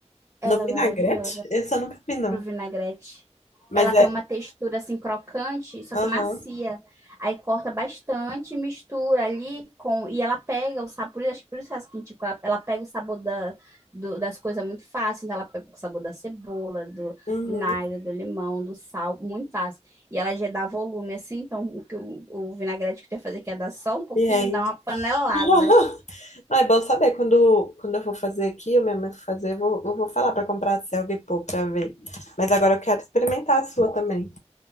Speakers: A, on the right; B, on the left.
A: ela
B: no vinagrete?
A: é maravilhosa.
B: Esse eu nunca vi não,
A: pro vinagrete.
B: mas
A: Ela tem
B: é,
A: uma textura assim crocante, só
B: aham.
A: que macia. Aí corta bastante, mistura ali com. E ela pega o sabor, acho que por isso faz quente, ela, ela pega o sabor da, do- das coisas muito fácil. Então ela pega o sabor da cebola, do
B: Uhum.
A: vinagre, do limão, do sal, muito fácil. E ela já dá volume assim, então o, que o, o vinagrete que tem que fazer que é dar só um pouquinho,
B: Entende?
A: dar uma panelada.
B: <laughs> Ah, é bom saber. Quando, quando eu for fazer aqui, eu mesmo vou fazer, eu vou, eu vou falar para comprar a selga e pôr para ver. Mas agora eu quero experimentar a sua também.